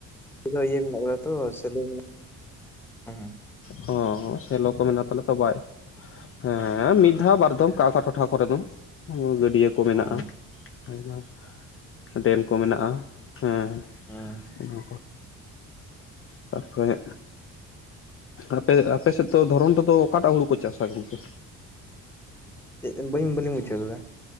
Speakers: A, in the centre; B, on the left.
A: <inaudible> ᱤᱭᱟᱹ ᱢᱮᱱᱟᱜᱼᱟ ᱛᱚ ᱥᱮᱞᱳ ᱢᱮᱱᱟᱜ ᱦᱚᱸ
B: ᱦᱚᱸ ᱦᱚᱸ ᱥᱮᱞᱚ ᱠᱚ ᱢᱮᱱᱟᱜ ᱛᱟᱦᱞᱦᱮ ᱛᱚ ᱵᱟᱭ ᱦᱮᱸ ᱢᱤᱫ ᱫᱷᱟᱣ ᱵᱟᱨ ᱫᱚᱢ ᱚᱠᱟ ᱚᱠᱟ ᱴᱚᱴᱷᱟ ᱠᱚᱨᱮ ᱫᱚ ᱜᱟᱹᱰᱭᱟᱹ ᱠᱚ ᱢᱮᱱᱟᱜᱼᱟ᱾
A: ᱦᱩᱸ
B: ᱟᱨᱢᱟ ᱰᱮᱢ ᱠᱚ ᱢᱮᱱᱟᱜᱼᱟ ᱦᱮᱸ
A: ᱦᱩᱸ
B: ᱚᱱᱟᱼᱼ ᱛᱟᱨᱯᱚᱨᱮ ᱟᱯᱮ ᱟᱯᱮ ᱥᱮᱫ ᱫᱚ ᱫᱷᱚᱨᱚᱱ ᱨᱮᱫᱚ ᱚᱠᱟᱴᱟᱜ ᱦᱩᱲᱩ ᱠᱚ ᱪᱟᱥᱟ ᱜᱚᱝᱠᱮ?
A: ᱪᱮᱫ ᱵᱟᱹᱧ ᱵᱟᱹᱞᱤᱧ ᱵᱩᱡᱷᱟᱹᱣ ᱞᱮᱫᱟ